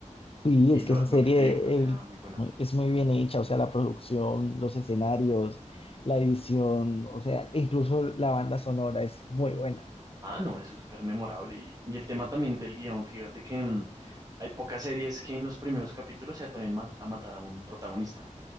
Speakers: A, on the left; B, on the right.
A: Sí,
B: Y
A: es
B: lo,
A: que esa
B: lo
A: serie
B: que te digo, porque
A: el-
B: era muy buena.
A: muy- es muy bien hecha, o sea, la producción, los escenarios, la edición, o sea, incluso la banda sonora es muy buena.
B: Ah, no, eso es súper memorable. Y, y el tema también del guión, fíjate que mm, hay pocas series que en los primeros capítulos se atreven ma- a matar a un protagonista,